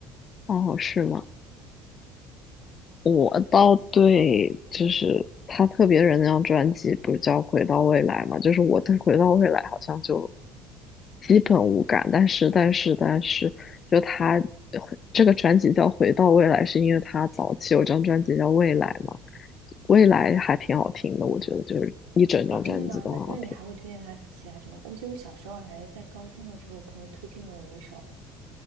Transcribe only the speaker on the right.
啊，真的吗？那那你还会推荐他其他什么？我记得我小时候还在高中的时候，我朋友推荐了我一首